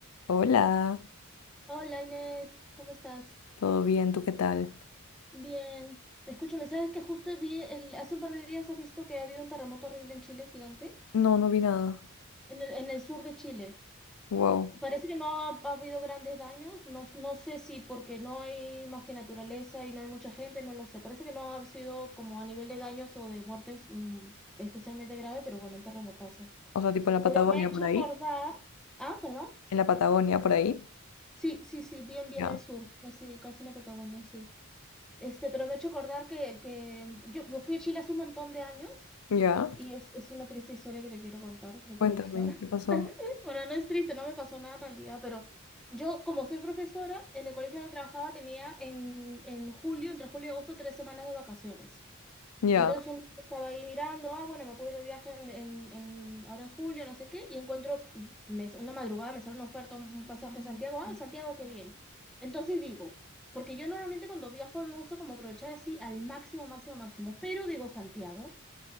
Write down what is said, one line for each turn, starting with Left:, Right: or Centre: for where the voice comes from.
Left: Hola,
Centre: Hola Inés, ¿cómo estás?
Left: ¿todo bien? ¿Tú qué tal?
Centre: Bien. Escúchame, ¿sabes que justo vi el- hace un par de días has visto que ha habido un terremoto horrible en Chile, gigante?
Left: No, no vi nada.
Centre: En el, en el sur de Chile.
Left: Wow.
Centre: Parece que no ha, ha habido grandes daños. No, no sé si porque no hay más que naturaleza y no hay mucha gente, no lo sé. Parece que no ha sido como a nivel de daños o de muertes mm, especialmente grave, pero bueno, un terremotazo.
Left: O sea, tipo en la Patagonia
Centre: Pero me he hecho
Left: por ahí.
Centre: acordar. Ah, perdón.
Left: En la Patagonia por ahí.
Centre: Sí, sí, sí, bien, bien
Left: Ya.
Centre: al sur, casi, casi en la Patagonia, sí. Este, pero me ha hecho acordar que, que yo, yo fui a Chile hace un montón de años
Left: Ya.
Centre: y es, es una triste historia que te quiero contar porque te
Left: Cuéntame,
Centre: va a gustar. <laughs>
Left: ¿qué pasó?
Centre: Bueno, no es triste, no me pasó nada en realidad, pero yo, como soy profesora, en el colegio donde trabajaba tenía en, en julio, entre julio y agosto, tres semanas de vacaciones.
Left: Ya.
Centre: Entonces un día estaba ahí mirando, ah, bueno, me puedo ir de viaje en, en- en- ahora en julio, no sé qué, y encuentro, me- una madrugada me sale una oferta, un un pasaje a Santiago, ah, Santiago, qué bien. Entonces digo, porque yo normalmente cuando viajo me gusta como aprovechar así al máximo, máximo, máximo, pero digo Santiago,